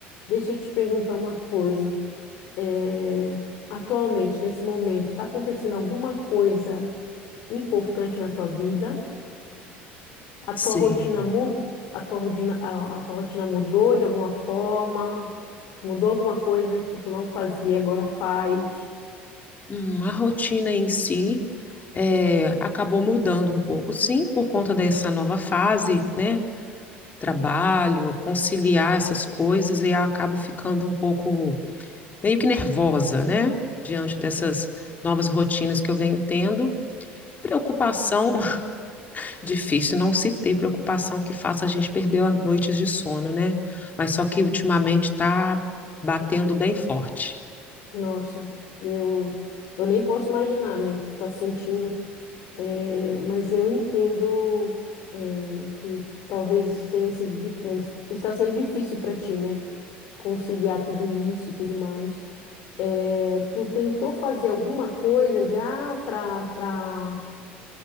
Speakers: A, on the left; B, on the left.
A: Deixa eu te perguntar uma coisa. É, atualmente, nesse momento, está acontecendo alguma coisa importante na tua vida? A
B: Sim.
A: tua rotina mu- a tua rotina, a, a tua rotina mudou de alguma forma? Mudou alguma coisa que tu não fazia e agora faz?
B: Hum, a rotina em si eh, acabou mudando um pouco, sim, por conta dessa nova fase, né? trabalho, conciliar essas coisas e acabo ficando um pouco meio que nervosa, né? Diante dessas novas rotinas que eu venho tendo. Preocupação, <laughs> difícil não se ter preocupação que faça a gente perder a- noites de sono, né? Mas só que ultimamente está batendo bem forte.
A: Nossa, eu eu nem posso imaginar, né, o que tu tá sentindo É, mas eu entendo, é, que talvez isso tenha sido, di- é, est- está sendo difícil para ti, né? Conciliar tudo isso e tudo mais. É, tu tentou fazer alguma coisa já para para